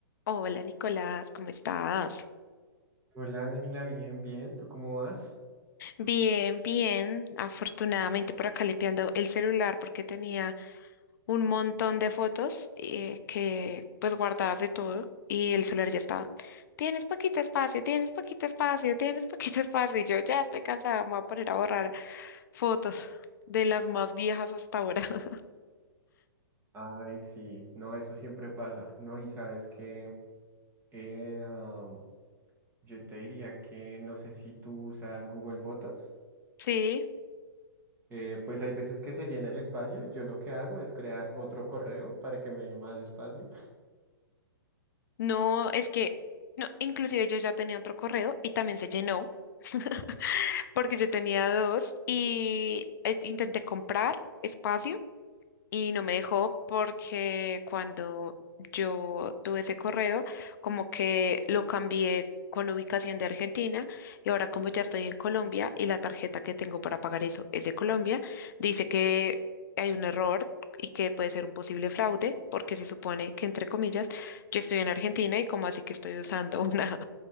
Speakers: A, on the left; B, on the right.
A: Hola Nicolás, ¿cómo estás?
B: Hola Ángela, bien, bien, ¿tú cómo vas?
A: Bien, bien. Afortunadamente por acá limpiando el celular porque tenía un montón de fotos eh, que pues guardadas de todo y el celular ya estaba. Tienes poquito espacio, tienes poquito espacio, tienes poquito espacio y yo ya estoy cansada, me voy a poner a borrar fotos de las más viejas hasta ahora. <laughs>
B: Ay, sí, no, eso siempre pasa, ¿no? Y sabes que yo te diría que no sé si tú usas Google Fotos,
A: Sí.
B: eh, pues hay veces que se llena el espacio, yo lo que hago es crear otro correo para que me dé más espacio.
A: No, es que, no, inclusive yo ya tenía otro correo y también se llenó, <laughs> porque yo tenía dos y eh, intenté comprar espacio y no me dejó porque cuando yo tuve ese correo, como que lo cambié con ubicación de Argentina y ahora como ya estoy en Colombia y la tarjeta que tengo para pagar eso es de Colombia, dice que hay un error y que puede ser un posible fraude porque se supone que entre comillas yo estoy en Argentina y como así que estoy usando <laughs> una